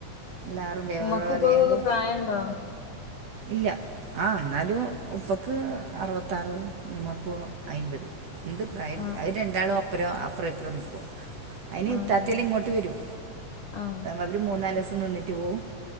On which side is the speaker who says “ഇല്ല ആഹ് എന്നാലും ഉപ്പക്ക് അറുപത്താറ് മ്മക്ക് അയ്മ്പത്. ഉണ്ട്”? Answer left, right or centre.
Right